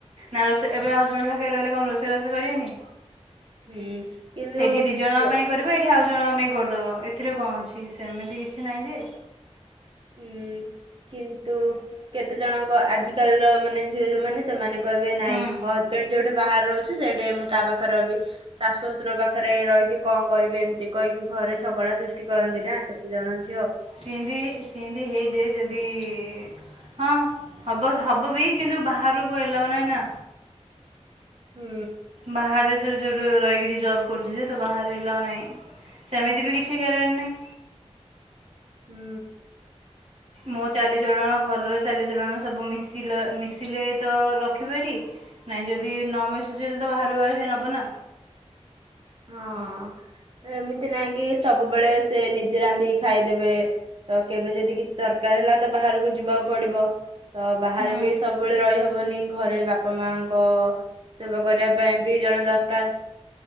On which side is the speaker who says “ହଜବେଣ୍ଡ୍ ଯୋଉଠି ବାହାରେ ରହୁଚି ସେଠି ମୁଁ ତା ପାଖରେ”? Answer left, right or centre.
Right